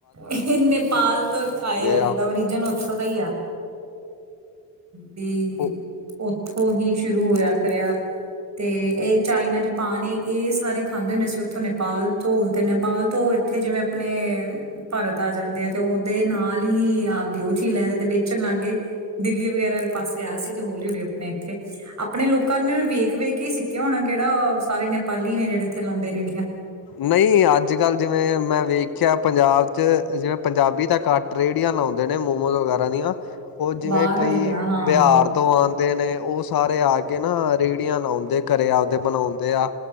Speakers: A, on the right; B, on the left.
A: ਇਹ ਨੇਪਾਲ ਤੋਂ ਆਏ ਇਹਦਾ
B: ਆ
A: ਉਰੀਜਨ ਉੱਥੋਂ ਦਾ ਹੀ ਆ। ਵੀ,
B: ਉਹ
A: ਉੱਥੋਂ ਹੀ ਸ਼ੁਰੂ ਹੋਇਆ ਕਰਿਆ। ਤੇ ਇਹ ਚਾਈਨਾ ਜਪਾਨ ਇਹ ਇਹ ਸਾਰੇ ਖਾਂਦੇ ਹੁੰਦੇ ਸੀ ਉੱਥੋਂ ਨੇਪਾਲ ਤੋਂ ਤੇ ਨੇਪਾਲ ਤੋਂ ਇੱਥੇ ਜਿਵੇਂ ਆਪਣੇ ਭਾਰਤ ਆ ਜਾਂਦੇ ਆ ਤੇ ਉਹਦੇ ਨਾਲ ਹੀ ਆਪਦੀ ਉਹ ਚੀ ਲੈਂ ਆਦੇ ਤੇ ਵੇਚਣ ਲੱਗ ਗੇ। ਦਿੱਲੀ ਵਗੈਰਾ ਵਾਲੇ ਪਾਸੇ ਆਇਆ ਸੀ ਤੇ ਹੌਲੀ-ਹੌਲੀ ਆਪਣੇ ਇੱਥੇ ਆਪਣੇ ਲੋਕਾਂ ਨੂੰ ਵੇਖ-ਵੇਖ ਹੀ ਸਿ ਖੀਆ ਹੋਣਾ ਕੇੜਾ ਓ ਸਾਰੇ ਨੇਪਾਲੀ ਨੇ ਜੇੜੇ ਇੱਥੇ ਲਾਉਂਦੇ ਰੇਹੜੀਆਂ
B: ਨਈ ਅੱਜ ਕੱਲ੍ਹ ਜਿਵੇਂ ਮੈਂ ਵੇਖਿਆ ਪੰਜਾਬ 'ਚ ਜਿਵੇਂ ਪੰਜਾਬੀ ਤਾਂ ਘੱਟ ਰੇੜੀਆਂ ਲਾਉਂਦੇ ਨੇ ਮੋਮੋਜ਼ ਵਗੈਰਾ ਦੀਆਂ ਓ ਜਿਵੇਂ
A: ਬਾਹਰ
B: ਕਈ
A: ਵਾਲੇ ਆ ਹਾਂ
B: ਬਿਹਾਰ ਤੋਂ ਆਉਂਦੇ ਨੇ ਓ ਸਾਰੇ ਆ ਕੇ ਨਾ ਰੇਹੜੀਆਂ ਲਾਉਂਦੇ ਘਰੇ ਆਪਦੇ ਬਣਾਉਂਦੇ ਆ।